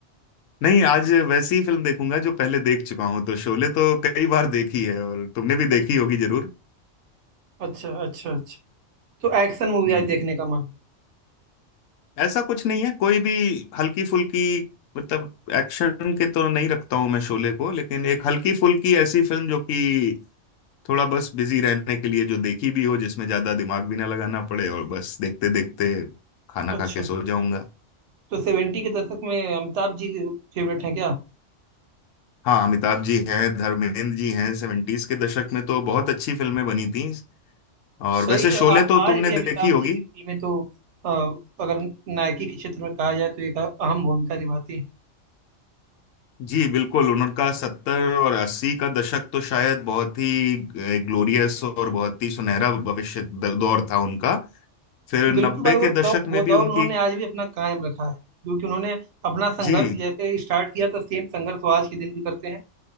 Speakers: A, on the left (about 90°); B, on the right (about 70°).
A: नहीं आज वैसी ही फिल्म देखूंगा जो पहले देख चुका हूं तो शोले तो कई बार देखी है और तुमने भी
B: अच्छा
A: देखी होगी जरूर
B: अच्छा अच्छा अच्छा तो एक्शन मूवी
A: हम्म
B: आज देखने का मन
A: ऐसा कुछ नहीं है कोई भी हल्की फुल्की मतलब एक्शन के तो नहीं रखता हूं मैं शोले को लेकिन एक हल्की फुल्की ऐसी फिल्म जो कि थोड़ा बस बिजी रहने के लिए जो देखी भी हो जिसमें ज्यादा दिमाग भी ना लगाना पड़े और बस देखते देखते खाना खा
B: अच्छा
A: के सो जाऊंगा
B: तो सेवेंटी के दशक में अमिताभ जी फेवरेट हैं क्या
A: हाँ अमिताभ जी हैं धर्मेंद्र जी हैं सेवेंटीज के दशक में तो बहुत अच्छी फिल्में बनी थी और
B: सही
A: वैसे
B: है
A: शोले
B: आ, आज
A: तो तुमने
B: भी अमिताभ
A: देखी होगी
B: जी की फिल्में तो अ, अगर नायकी के क्षेत्र में कहा जाए तो एक अहम भूमिका निभाती है
A: जी बिल्कुल उनका सत्तर और अस्सी का दशक तो शायद बहुत ही ग्लोरियस और बहुत ही सुनहरा भविष्य द- दौर था उनका फिर
B: बिल्कुल
A: नब्बे
B: भाई वो
A: के
B: दौ,
A: दशक
B: वो
A: में
B: दौर
A: भी उनकी
B: उन्होंने आज भी अपना कायम रखा है क्योंकि उन्होंने अपना संघर्ष
A: जी
B: जैसे स्टार्ट किया था सेम संघर्ष वो आज के दिन भी करते हैं